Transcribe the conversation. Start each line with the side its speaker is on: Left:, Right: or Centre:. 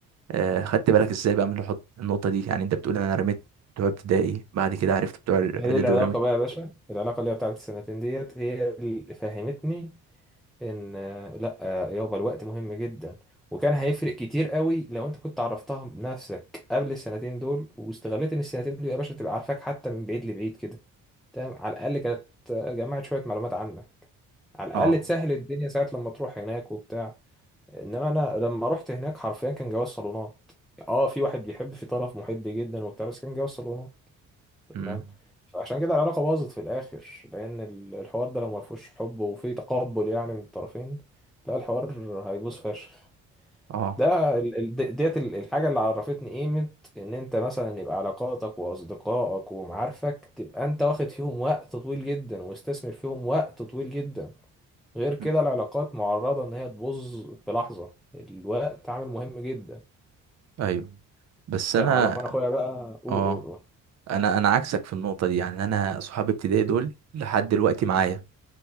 Right: آه، خدت بالك ازاي بقى من الحط- النقطة دي يعني انت بتقول انا رميت بتوع ابتدائي بعد كده عرفت بتوع الاعدادي
Centre: هي دي العلاقة
Right: ورميت
Centre: بقى يا باشا العلاقة اللي هي بتاعت السنتين ديت هي اللي فهمتني إن آه، لأ آه، يابا الوقت مهم جدا وكان هيفرق كتير قوي لو أنت كنت عرفتها بنفسك قبل السنتين دول واستغليت إن السنتين دول يا باشا تبقى عارفاك حتى من بعيد لبعيد كده تمام على الأقل كانت آه، جمعت شوية معلومات عنك على الأقل
Right: اه
Centre: تسهل الدنيا ساعة لما تروح هناك وبتاع انما انا لما رحت هناك حرفيا كان جواز صالونات اه في واحد بيحب في طرف محب جدا وبتاع بس كان جواز صالونات تمام
Right: امم
Centre: فعشان كده العلاقه باظت في الاخر لان ال- الحوار ده لو ما فيهوش حب وفي تقبل يعني من الطرفين لا الحوار هيبوظ فشخ
Right: اه
Centre: ده ال- ال- د- ديت ال- الحاجه اللي عرفتني قيمه ان انت مثلا يبقى علاقاتك واصدقائك ومعارفك تبقى انت واخد فيهم وقت طويل جدا واستثمر فيهم وقت طويل جدا غير كده
Right: مم.
Centre: العلاقات معرضة إن هي تبوظ في لحظة الوقت عامل مهم جدا
Right: ايوه بس
Centre: كان
Right: انا
Centre: عبد الرحمن أخويا بقى قول
Right: اه
Centre: قول قول
Right: انا انا عكسك في النقطة دي يعني انا صحاب ابتدائي دول لحد دلوقتي معايا